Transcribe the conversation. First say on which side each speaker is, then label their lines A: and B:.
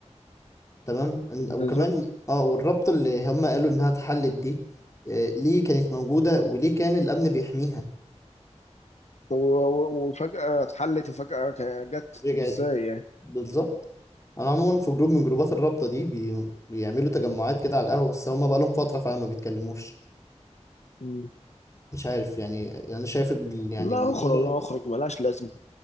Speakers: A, on the left (about 25°); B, on the left (about 70°).
A: تمام إن-
B: بالظبط
A: وكمان اه والرابطه اللي هم قالوا انها اتحلت دي آه، ليه كانت موجوده وليه كان الامن بيحميها
B: و- و- وفجاه اتحلت وفجاه ك- جت
A: رجعت
B: طب ازاي يعني
A: بالظبط انا عموما في جروب من جروبات الرابطه دي بي... بيعملوا تجمعات كده على القهوه بس هما بقالهم فتره فعلا ما بيتكلموش
B: مم.
A: مش عارف يعني يعني انا شايف ال... يعني
B: لا
A: الاداره
B: اخرج اخرج ملهاش لازمه